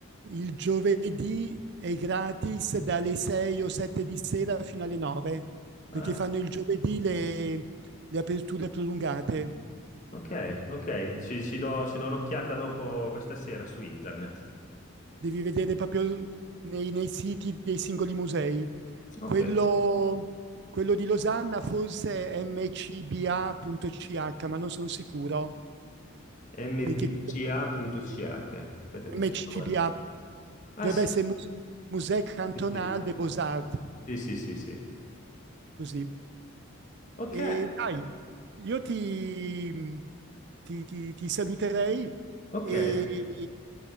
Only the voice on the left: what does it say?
Ah,
ok, ok. Ci, ci do, ci do un'occhiata dopo questa sera su internet.
Ok.
mbca.ch.
Aspetta
che
ci sto guardando. Ah
sì.
sì, sì.
Sì, sì, sì, sì.
Ok,
ok,